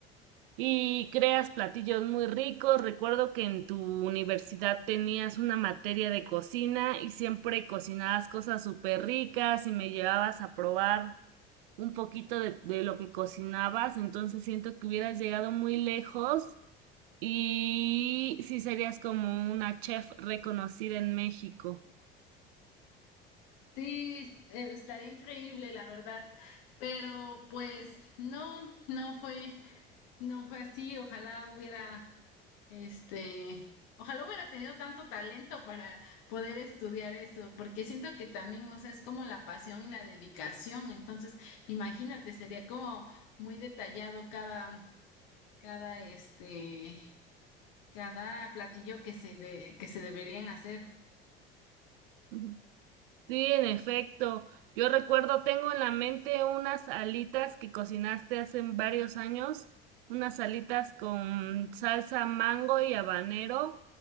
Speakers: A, on the right; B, on the left.
A: y creas platillos muy ricos. Recuerdo que en tu universidad tenías una materia de cocina y siempre cocinabas cosas súper ricas y me llevabas a probar un poquito de, de lo que cocinabas. Entonces siento que hubieras llegado muy lejos y sí serías como una chef reconocida en México.
B: Sí, eh, estaría increíble, la verdad. Pero pues no, no fue, no fue así. Ojalá hubiera, este, ojalá hubiera tenido tanto talento para poder estudiar eso, porque siento que también, o sea, es como la pasión y la dedicación. Entonces, imagínate, sería como muy detallado cada, cada, este, cada platillo que se de, que se deberían hacer.
A: <laughs> Sí, en efecto. Yo recuerdo, tengo en la mente unas alitas que cocinaste hace varios años, unas alitas con salsa mango y habanero.